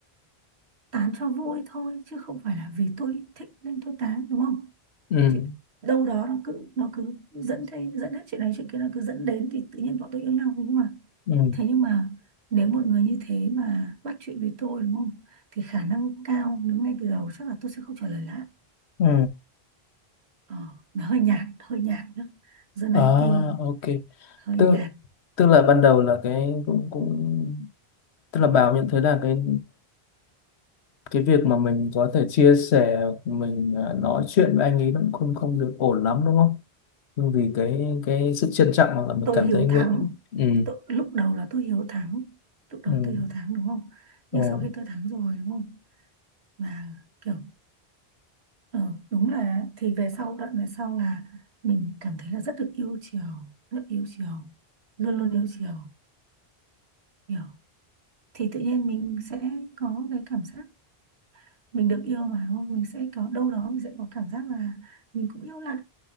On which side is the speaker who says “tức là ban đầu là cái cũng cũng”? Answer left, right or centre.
Left